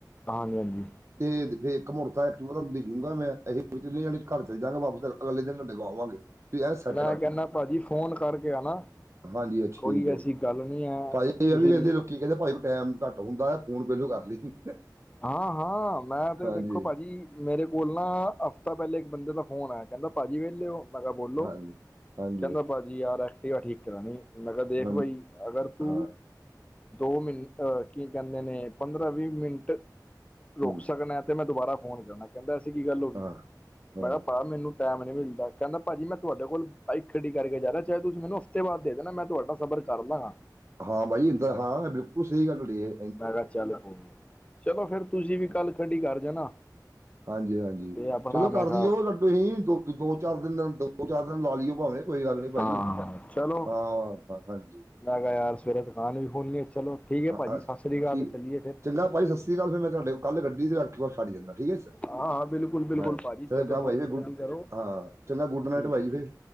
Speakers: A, on the left; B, on the right.
A: ਹਾਂਜੀ-ਹਾਂਜੀ।
B: ਤੇ ਫੇਰ ਇੱਕ ਮੋਟਰਸਾਈਕਲ ਐਕਟੀਵਾ ਦੇਜਊਗਾ ਮੈਂ ਏਹੀ ਤਿੰਨੇ ਜਾਣੀ ਘਰ ਚੱਲ ਜਾਗਾ ਵਾਪਸ ਅਗਲੇ ਦਿਨ। ਤੁਹਾਡੇ ਕੋਲ ਆਵਾਂਗੇ ਵੀ ਇਹ ਸੈੱਟ
A: ਮੈਂ
B: ਕਰਦੀਓ।
A: ਕਹਿੰਦਾ ਭਾਜੀ ਫੋਨ ਕਰਕੇ ਆਣਾ
B: ਹਾਂਜੀ ਠੀਕ
A: ਕੋਈ ਐਸੀ
B: ਐ ਜੀ
A: ਗੱਲ ਨਹੀਂ ਹੈ
B: ਭਾਈ ਇਹ
A: ਤੁਸੀਂ
B: ਵੀ ਕਹਿੰਦੇ ਲੋਕੀ ਕਹਿੰਦੇ ਭਾਈ। ਟੈਮ ਘੱਟ ਹੁੰਦਾ ਆ, ਫੋਨ ਪੇਲੋ ਕਰ ਲਈ।
A: ਹਾਂ-ਹਾਂ ਮੈਂ ਤੇ
B: ਹਾਂਜੀ
A: ਦੇਖੋ ਭਾਜੀ, ਮੇਰੇ ਕੋਲ ਨਾ ਹਫ਼ਤਾ ਪਹਿਲੇ ਇੱਕ ਬੰਦੇ ਦਾ ਫੋਨ ਆਇਆ ਕਹਿੰਦਾ ਭਾਜੀ ਵੇਲੇ ਓ, ਮੈਂ ਕਿਹਾ ਬੋਲੋ
B: ਹਾਂਜੀ ਹਾਂਜੀ
A: ਕਹਿੰਦਾ ਭਾਜੀ ਯਾਰ ਐਕਟੀਵਾ ਠੀਕ ਕਰਾਣੀ ਮੈਂ ਕਿਹਾ ਦੇਖ
B: ਹਾਂ
A: ਬਾਈ ਅਗਰ ਤੂੰ
B: ਹਾਂ
A: ਦੋ ਮਿੰ ਅਹ ਕੀ ਕਹਿੰਦੇ ਨੇ ਪੰਦਰਾਂ ਵੀਹ ਮਿੰਟ ਰੁਕ
B: ਹੂੰ,
A: ਸਕਦੇ ਤੇ ਮੈਂ ਦੁਬਾਰਾ ਫੋਨ ਕਰਨਾ ਕਹਿੰਦਾ, ਐਸੀ ਕੀ ਗੱਲ ਹੋ ਗਈ
B: ਹਾਂ ਹਾਂ
A: ਮੈਂ ਕਿਹਾ ਭ ਮੈਨੂੰ ਟਾਈਮ ਨੀ ਮਿਲਦਾ। ਕਹਿੰਦਾ ਭਾਜੀ ਮੈਂ ਤੁਹਾਡ ਕੋਲ ਬਾਈਕ ਖੱਡੀ ਕਰਕੇ ਜਾ ਰਿਹਾ, ਚਾਹੇ ਤੁਸੀਂ ਮੈਨੂੰ ਹਫਤੇ ਬਾਅਦ ਦੇ ਨਾ ਮੈਂ ਤੁਹਾਡਾ ਸਫ਼ਰ ਕਰਦਾ ਆ।
B: ਹਾਂ ਬਾਈ ਇੰਦਾ, ਹਾਂ ਬਿਲਕੁਲ ਸਹੀ ਗੱਲ ਐ।
A: ਮੈਂ ਕਿਹਾ ਚੱਲ, ਚਲੋ ਫੇਰ ਤੁਸੀਂ ਵੀ ਕੱਲ ਖੱਡੀ ਕਰ ਜਾਣਾ।
B: ਹਾਂਜੀ-ਹਾਂਜੀ।
A: ਤੇ ਆਪਣਾ
B: ਚਲੋ
A: ਮੈਂ
B: ਕਰਦੀਓ
A: ਕਿਹਾ
B: ਲੱਡੋ ਤੁਸੀਂ ਦੋ -ਦੋ, ਚਾਰ ਦਿਨ ਦੋ ਚਾਰ ਦਿਨ ਲਾ ਲਿਓ ਭਾਵੇਂ ਕੋਈ ਗੱਲ ਨੀ ਭਾਜੀ।
A: ਹਾਂ ਚਲੋ
B: ਹਾਂ ਹਾਂਜੀ।
A: ਮੈਂ ਕਿਹਾ ਯਾਰ ਸਵੇਰੇ ਦੁਕਾਨ ਵੀ ਖੋਲਣੀ ਐ ਚਲੋ। ਠੀਕ ਹੈ
B: ਹ
A: ਭਾਜੀ ਸਤਿ ਸ੍ਰੀ ਅਕਾਲ
B: ਠੀਕ
A: ਚੱਲੀਏ ਫਿਰ
B: ਚੰਗਾ ਭਾਈ ਸਤਿ ਸ੍ਰੀ ਅਕਾਲ ਫਿਰ ਮੈਂ ਤੁਹਾਡੇ ਕੱਲ ਗੱਡੀ ਤੇ ਐਕਟੀਵਾ ਛੱਡ ਜਾਂਦਾ ਠੀਕ ਐ।
A: ਹਾਂ ਹਾਂ ਬਿਲਕੁਲ ਬਿਲਕੁਲ
B: ਹ
A: ਭਾਜੀ
B: ਚ
A: ਜਦੋਂ ਮਰਜ਼ੀ
B: ਬਾਈ ਗੁੱਡ
A: ਖੜੀ ਕਰੋ
B: ਹਾਂ ਚੰਗਾ ਗੁੱਡ ਨਾਈਟ
A: ਠੀਕ
B: ਬਾਈ ਫਿਰ।